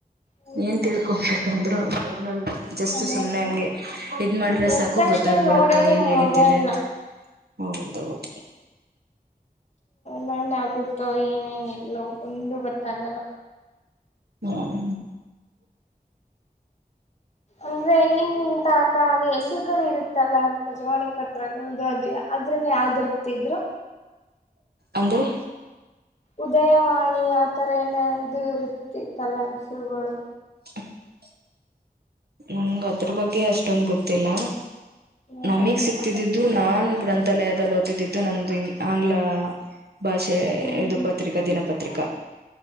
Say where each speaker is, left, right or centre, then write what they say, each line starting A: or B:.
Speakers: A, on the left; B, on the right.
A: ಹೌದು
B: ಏನ್ ತಿಳ್ಕೊಬೇಕಂದ್ರು ಫೋನಲ್ಲಿ ಜಸ್ತ್
A: ಮೊಬೈಲ್
B: ಸುಮ್ನೆ ಹಂಗೆ ಇದ್ ಮಾಡಿದ್ರೆ
A: ಎದ್ದ
B: ಸಾಕು
A: ತಕ್ಷಣ
B: ಗೊತ್ತಾಗ್ಬಿಡುತ್ತೆ
A: ನೋಡೋದೇ
B: ಏನ್ ನಡೀತಿದೆ
A: ಮೊಬೈಲ್ನ
B: ಅಂತ ಹೌದೌದು
A: ನನ್ ಆಗುತ್ತೋ ಏನೇನ ಇಲ್ಲೋ ಒಂದು ಗೊತ್ತಾಗಲ್ಲ
B: ಹ್ಮ್
A: ಅಂದ್ರೆ ನಿಮ ತ ಆತ ಅದು ಹೆಸರುಗಳು ಇರುತ್ತಲ್ಲ ಬಜಾವಾಣಿ ಪತ್ರಗಳುದು ಅದು ಅದ್ರನ್ನು ಯಾವ್ದು ಹೊತ್ತಿದ್ರು
B: ಅಂದ್ರೆ
A: ಉದಯವಾಣಿ ಆಥರ ಏನ ಇದು ಇರುತ್ತ ಕಲ್ಲ ಹೆಸರುಗಳು
B: <unintelligible> ನ ಅದ್ರ ಬಗ್ಗೆ ಅಷ್ಟೊಂದ ಗೊತ್ತಿಲ್ಲ
A: ಹ
B: ನಮಿಗ್
A: ಹಾ
B: ಸಿಕ್ತಿದ್ದಿದ್ದು ಇದು ನಾನ್ ಗ್ರಂಥಾಲಯದಲ್ಲಿ ಓತಿದ್ದಿದ್ದು ನಮ್ದು ಆಂಗ್ಲ ಭಾಷೆ
A: ಹ್ಮ್
B: ಇದು
A: ಹ್ಮ್
B: ಪತ್ರಿಕಾ ದಿನಪತ್ರಿಕಾ